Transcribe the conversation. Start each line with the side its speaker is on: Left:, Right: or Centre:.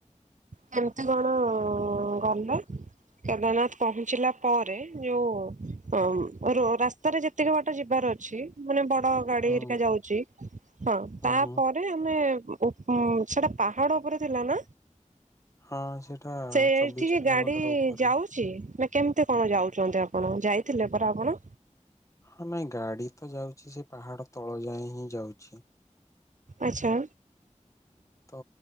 Right: କେମତି କଣ ଗଲେ କେଦାରନାଥ? ପହଞ୍ଚିଲା ପରେ ଯୋଉ ଅମ ରୋ ରାସ୍ତାରେ ଯେତିକି ବାଟ ଯିବାର ଅଛି ମାନେ ବଡ଼ ତ ଗାଡିହେରିକା
Left: ହୁଁ
Right: ଯାଉଚି ହଁ
Left: ହୁଁ
Right: ତାପରେ
Left: ହୁଁ।
Right: ଆମେ ଉ ହଁ ସେଟା ପାହାଡ଼ ଉପରେ ଥିଲା ନା।
Left: ହଁ ସେଇଟା
Right: ସେ ଏଠିକି
Left: ଚବିଶ କିଲୋମିଟର
Right: ଗାଡି
Left: ଉପରେ।
Right: ଯାଉଚି। ନା କେମତି କଣ ଯାଉଛନ୍ତି ଆପଣ, ଯାଇଥିଲେ ପରା ଆପଣ?
Left: ହଁ ନାଇଁ ଗାଡି ତ ଯାଉଛି ଯେ ପାହାଡ ତଳ ଯାଏଁ ହିଁ ଯାଉଚି।
Right: ଆଚ୍ଛା।
Left: ତ